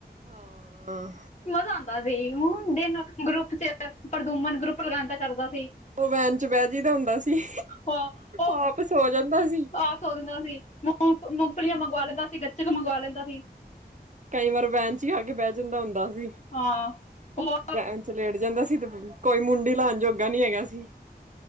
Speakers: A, on the right; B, on the left.
A: ਹਾਂ,
B: ਮਜ਼ਾ ਆਂਦਾ ਦਿਨ ਗਰੁੱਪ ਚ ਪ੍ਰਦੂਮਨ ਗਰੁੱਪ ਲਗਾਦਾ ਸਰ ਦਾ
A: ਉਹ ਵੈਨ ਚ ਬਹਿ ਜੀ ਦਾ ਹੁੰਦਾ ਸੀ।
B: ਹਾਂ, ਉਹ
A: ਆਪ ਸੋ ਜਾਂਦਾ ਸੀ
B: ਪਾਸ ਹੋ ਜਾਂਦਾ ਸੀ। ਮੁਫਲੀਆਂ ਮੰਗਵਾ ਲੈਂਦਾ ਸੀ ਗੱਚਕ ਮੰਗਵਾ ਲੈਂਦਾ ਸੀ।
A: ਕਈ ਵਾਰ ਵੈਨ ਚ ਹੀ ਆ ਕੇ ਬਹਿ ਜਾਂਦਾ ਹੁੰਦਾ ਸੀ।
B: ਹਾਂ ਉਹ
A: ਬੈਂਚ ਲੇਟ ਜਾਂਦਾ ਸੀ ਤੇ ਕੋਈ ਮੁੰਡੀ ਲਾਹਨ ਜੋਗਾ ਨੀ ਹੈਗਾ ਸੀ।